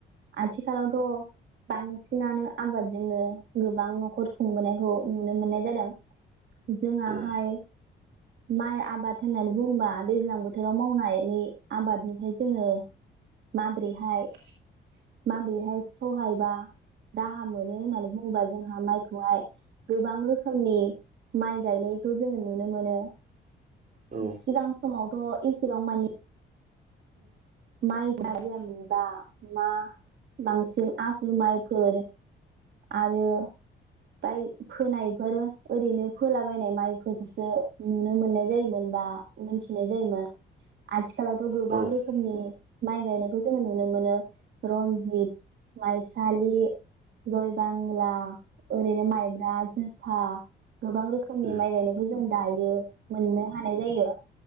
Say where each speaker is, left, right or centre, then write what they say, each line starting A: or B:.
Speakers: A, on the right; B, on the right.
A: आथिखालावथ' बां सिनानो आबादजोंनो गोबां न'खर खुंबोनायखौ नुनो मोननाय जादों। जोङाहाय
B: औ
A: माइ आबाद होननानै बुंबा दैज्लां बोथोराव मावनायनि आबादनिफ्राय जोङो माबोरैहाय-माबोरैहाय सहाय बा राहा मोनो होननानै बुंबा जोंहा माइखौहाय गोबां रोखोमनि माइ गायनायखौ जोङो नुनो मोनो।
B: <inaudible>
A: सिगां समावथ' एसेबां मानि माइ गाया मोनबा मा। बांसिन आसु माइफोर आरो। बाय फोनायफोर ओरैनो फोलाबायायनाय माइफोरखौसो नुनो मोननाय जायोमोन। बा मिथिनाय जायोमोन ।आथिखालावथ' गोबां
B: उम
A: रोखोमनि माइ गायनायखौ जोङो नुनो मोनो रन्जित, माइसालि जय बांला, ओरैनो माइब्रा, जोसा गोबां रोखोमनि
B: उम
A: माइ गायनायखौ जों दायो मोननो हानाय जायो।